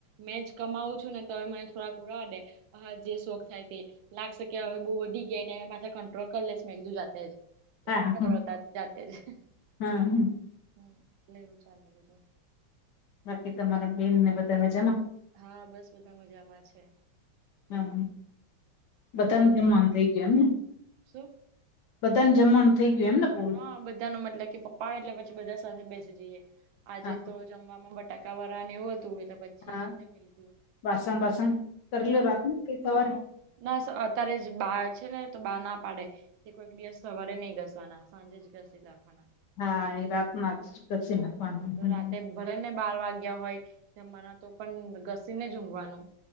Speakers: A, on the right (about 75°); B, on the left (about 70°).
A: મેં જ કમાવું છું ને તો હવે મેં થોડાક ઉડવા દે. હ જે શોખ થાય તે લાગશે કે હવે બહુ વધી ગયા ત્યાં મે પાછા કંટ્રોલ કરી લે છે. મેં કીધું જાતેજ તો
B: હા
A: કે કરો તાર જાતે જ એટલે
B: હા
A: એવું ચાલે બધું.
B: બાકી તમારા બેન ને બધા મજા માં.
A: હા બસ બધા મજામાં છે.
B: હા.
A: તમારે
B: બધાન
A: બધા
B: જમવાનું થઇ ગય એમને,
A: શું
B: બધાન જમવાનું થઇ ગયું એમને પૂરું
A: હ બધા નો મતલબ કે પપ્પા એટલે પછી બધા સાથે બેસી જઈએ આજે
B: હા
A: તો જમવામાં બટ- ટકા વારા ને એવું હતું એટલે પછી
B: હા
A: જમી લીધું.
B: વાસણ બાસણ. કરેલું
A: હ
B: રાતનું કે સવારે
A: હ ના સર અત્યારે જ બા છે ને તો બા ના પાડે છ. તે કોઈક દિવસ સવારે નહી ઘસવાના. સાંજે જ ઘસી લાખવાના.
B: હા એ રાતમાં જ ઘસી નાખવાનું.
A: તો રાતે ભલે ને બાર વાગ્યા હોય. જમવાના તો પણ ઘસીનેજ ઊંઘવાનું.